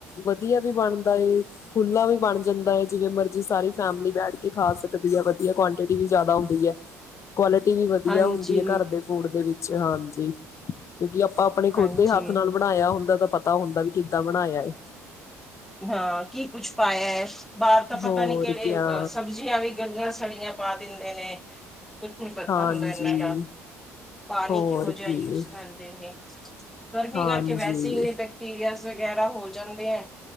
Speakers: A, on the left; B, in the centre.
A: ਵਧੀਆ ਵੀ ਬਣਦਾ ਏ ਖੁੱਲਾ ਵੀ ਬਣ ਜਾਂਦਾ ਏ ਜਿਵੇਂ ਮਰਜੀ ਸਾਰੀ ਫੈਮਿਲੀ ਬੈਠ ਕੇ ਖਾ ਸਕਦੀ ਆ ਵਧੀਆ ਕੁਆਂਟਿਟੀ ਵੀ ਜਾਦਾ ਹੁੰਦੀ ਐ।
B: <inaudible>
A: ਕੁਆਲਿਟੀ ਵੀ ਵਧੀਆ
B: ਹਾਂਜੀ
A: ਹੁੰਦੀ ਐ ਘਰ ਦੇ ਫੂਡ ਦੇ ਵਿੱਚ ਹਾਂਜੀ ਕਿਉਂਕੀ ਆਪਾਂ ਆਪਣੇ ਖੁਦ
B: ਹਾਂਜੀ
A: ਦੇ ਹੱਥ ਨਾਲ ਬਣਾਇਆ ਹੁੰਦਾ ਤਾਂ ਪਤਾ ਹੁੰਦਾ ਵੀ ਕਿੱਦਾਂ ਬਣਾਇਆ ਏ।
B: ਹਾਂ ਕੀ ਕੁੱਛ ਪਾਇਐ ਬਾਰ ਤਾਂ ਪਤਾ
A: ਹੋਰ
B: ਨੀ ਕੇੜੇ
A: ਕਿਆ
B: ਸਬਜ਼ ਜੀਆਂ ਵੀ ਗੱਲੀਆਂ ਸੜੀਆਂ ਪਾ ਦਿੰਦੇ ਨੇ ਕੁੱਝ ਨੀ ਪਤਾ
A: ਹਾਂਜੀ
B: ਹੁੰਦਾ ਐਨਾ ਦਾ। ਪਾਣੀ
A: ਹੋਰ
B: ਕਿਹੋ ਜਾ
A: ਕੀ
B: ਯੂਜ ਕਰਦੇ ਨੇ ਗਰਮੀ
A: ਹਾਂਜੀ,
B: ਕਰਕੇ ਵੈਸੇ ਹੀ <unintelligible> <unintelligible> ਵਗੈਰਾ ਹੋ ਜਾਂਦੇ ਐ